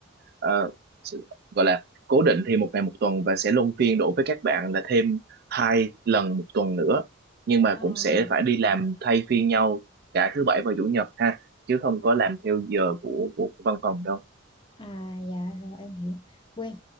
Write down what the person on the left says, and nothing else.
À?
À dạ rồi em hiểu. Quên,